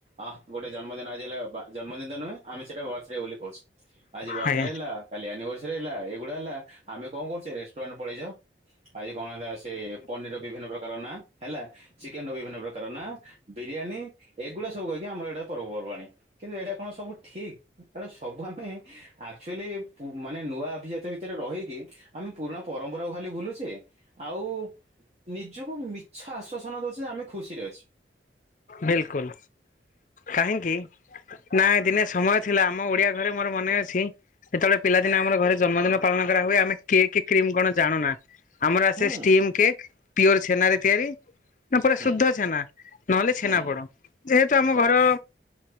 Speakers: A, on the right; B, on the left.
A: ଆଃ ଗୋଟେ ଜନ୍ମଦିନ ଆଜି ହେଲା ବା ଜନ୍ମଦିନ ତ ନୁହେଁ ଆମେ ସେଟା ବର୍ଥ ଡେ ବୋଲି କହୁଚୁ ଆଜି ବର୍ଥ
B: ଆଜ୍ଞା
A: ଡେ ହେଲା କାଲି ଆନିଭର୍ସରୀ ହେଲା ଏଇଗୁଡା ହେଲା ଆମେ କଁ କରୁଚେ ରେଷ୍ଟୁରାଣ୍ଟ ପଳେଇ ଯାଉ ଆଜି କଣ ହେଲା ସେ ପନିରର ବିଭିନ୍ନ ପ୍ରକାର ନାଁ ହେଲା ଚିକେନ ର ବିଭିନ୍ନ ପ୍ରକାର ନାଁ ବିରିୟାନୀ ଏଗୁଡା ସବୁ କହିକି ଆମର ଏଇଟା ପର୍ବପର୍ବାଣି କିନ୍ତୁ ଏଇଟା କଣ ସବୁ ଠିକ୍। ଏଗୁଡା ସବୁ ଆମେ ଆକ୍ଚୁଏଲି ପୁ ମାନେ ନୂଆ ଅଭିଜାତ୍ୟ ଭିତେରେ ରହିକି ଆମେ ପୁରୁଣା ପରମ୍ପରାକୁ ଖାଲି ଭୁଲୁଚେ ଆଉ ନିଜକୁ ମିଛ ଆଶ୍ଵାସନା ଦଉଚେ ଯେ ଆମେ ଖୁସିରେ ଅଛେ।
B: ବିଲକୁଲ୍ କାହିଁକି ନା ଏ ଦିନେ ସମୟ ଥିଲା ଆମ ଓଡିଆ ଘରେ ମୋର ମନେ ଅଛି ସେତବେଳେ ପିଲାଦିନେ ଆମର ଘରେ ଜନ୍ମଦିନ ପାଳନ କରାହୁଏ ଆମେ କେକ୍ କ୍ରିମ କଣ ଜାଣୁନା। ଆମର ଆସେ
A: ହୁଁ
B: ଷ୍ଟିମ୍ କେକ୍ ପିଓର ଛେନାରେ ତିଆରି ନା ପୁରା
A: ହୁଁ
B: ଶୁଦ୍ଧ ଛେନା। ନହଲେ ଛେନା
A: ହୁଁ
B: ପୋଡ ଯେହେତୁ ଆମ
A: ବାସ୍
B: ଘର